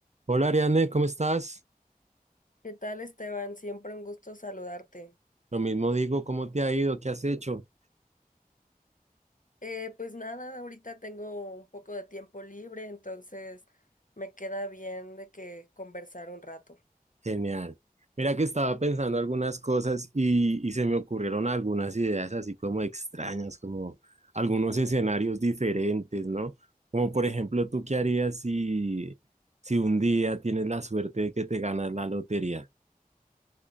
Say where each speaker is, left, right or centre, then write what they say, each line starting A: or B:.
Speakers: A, on the right (about 50°); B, on the left (about 60°).
A: Hola Ariane, ¿cómo estás?
B: ¿Qué tal, Esteban? Siempre un gusto saludarte.
A: Lo mismo digo, ¿cómo te ha ido? ¿Qué has hecho?
B: Eh, pues nada, ahorita tengo un poco de tiempo libre, entonces me queda bien de que conversar un rato.
A: Genial. Mira que estaba pensando algunas cosas y, y se me ocurrieron algunas ideas así como extrañas, como algunos escenarios diferentes, ¿no? Como por ejemplo, ¿tú qué harías si, si un día tienes la suerte de que te ganas la lotería?